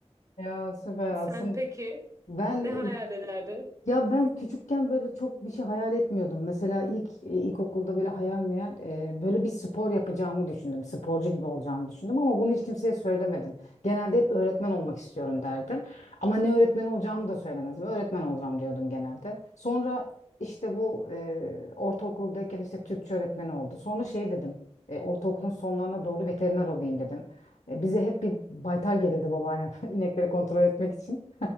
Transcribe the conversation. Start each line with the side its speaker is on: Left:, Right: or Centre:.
Left: Ya süper
Right: Sen
Left: aslında.
Right: peki
Left: Ben
Right: ne hayal ederdin?
Left: Ya ben küçükken böyle çok bir şey hayal etmiyordum. Mesela ilk e, ilkokulda böyle hayal meyal e, böyle bir spor yapacağımı düşündüm. Sporcu gibi olacağımı düşündüm ama bunu hiç kimseye söylemedim. Genelde hep öğretmen olmak istiyorum derdim. Ama ne öğretmen olacağımı da söylemezdim. Öğretmen olacağım diyordum genelde. Sonra işte bu e, ortaokuldayken işte Türkçe öğretmeni oldu. Sonra şey dedim. e, ortaokulun sonlarına doğru veteriner olayım dedim. E, bize hep bir baytar gelirdi babaannem <laughs> inekleri kontrol etmek için.